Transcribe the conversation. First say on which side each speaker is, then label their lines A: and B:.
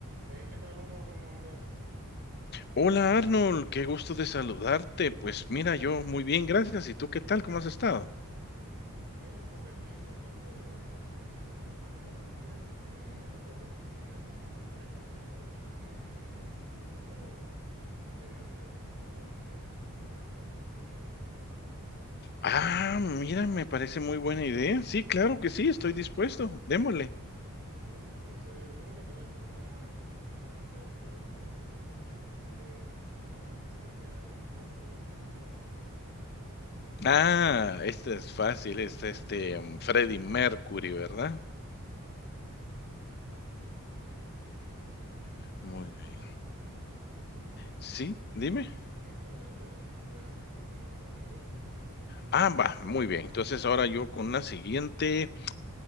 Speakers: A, on the right; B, on the left.
A: Hey, ¿qué tal, Hugo? ¿Cómo andas?
B: Hola Arnold, qué gusto de saludarte. Pues mira, yo muy bien, gracias. ¿Y tú qué tal? ¿Cómo has estado?
A: Eh, pues aquí tratando de, de agilizar un poco la memoria. Eh, ¿no te parece si hacemos un pequeño eh, quiz o de sobre preguntas de, de música? ¿Te parece?
B: Ah, mira, me parece muy buena idea. Sí, claro que sí, estoy dispuesto. Démosle.
A: Ok, entonces vamos a empezar con una que yo creo que es bastante fácil. Eh, la primera que sería, ¿quién fue el vocalista de Queen?
B: Ah, este es fácil, este, este, mm, Freddie Mercury, ¿verdad?
A: Ok. Eh,
B: Muy bien.
A: ujú.
B: Sí, dime.
A: Sí, adelante. Entonces puedes continuar con una tú.
B: Ah, va, muy bien. Entonces ahora yo con la siguiente.